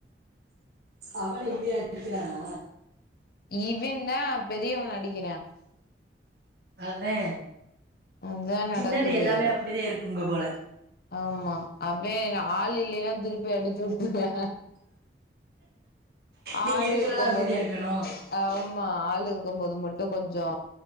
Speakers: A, on the right (about 60°); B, on the left (about 55°).
A: அவன இவே அடிக்கிறானா
B: இவேந் தா பெரியவன அடிக்கிறா
A: அதே
B: அதா நடக்குது
A: சின்னது எல்லாமே அப்டிதே இருக்குங்க போல
B: ஆமா அவ்வே ஆள் இல்லேன்னா திருப்பி அடிச்சுவுட்ருவ்யா
A: நீங்க
B: ஆளு
A: இருக்கறனால
B: இருக்கம்
A: அமைதியா
B: போது
A: இருக்கணு
B: ஆமா ஆளு இருக்கம் போது மட்டு கொஞ்சோ